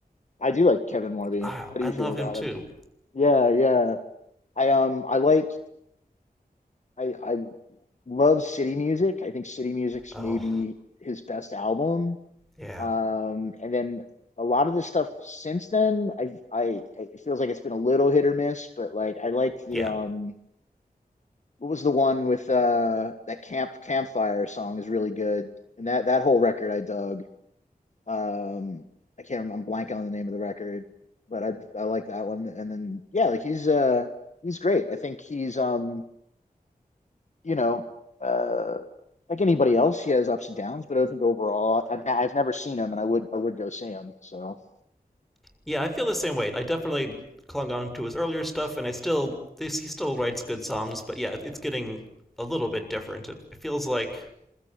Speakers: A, on the left; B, in the centre.
A: I do like Kevin Morby.
B: Ah,
A: How do
B: I
A: you
B: love
A: feel about
B: him too.
A: him? Yeah, yeah. I um I like I I love City Music. I think City Music's
B: Oh,
A: maybe his best album.
B: yeah,
A: Um, and then a lot of the stuff since then, I, I, it feels like it's been a little hit or miss, but like I liked the
B: yeah.
A: um, what was the one with uh that camp campfire song is really good, and that that whole record I dug. Um, I can't remember, I'm blank on the name of the record, but I I like that one. And then yeah, like he's uh he's great. I think he's um you know uh like anybody else, he has ups and downs, but I think overall, I've, I've never seen him, and I would I would go see him. So.
B: Yeah, I feel the same way. I definitely clung on to his earlier stuff, and I still this, he still writes good songs, but yeah, it's getting a little bit different. It, it feels like